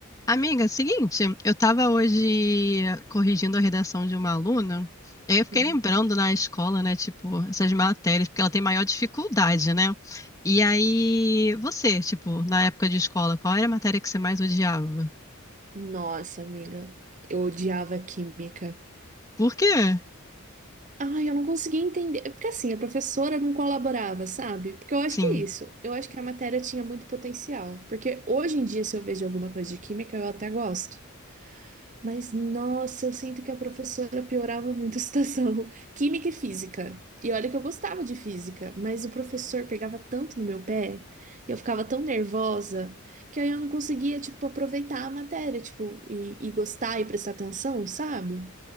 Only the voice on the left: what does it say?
Amiga, seguinte, eu tava hoje corrigindo a redação de uma aluna, e aí eu fiquei
lembrando na escola, né, tipo, essas matérias, porque ela tem maior dificuldade, né? E aí, você, tipo, na época de escola, qual era a matéria que você mais odiava?
Por quê?
Sim.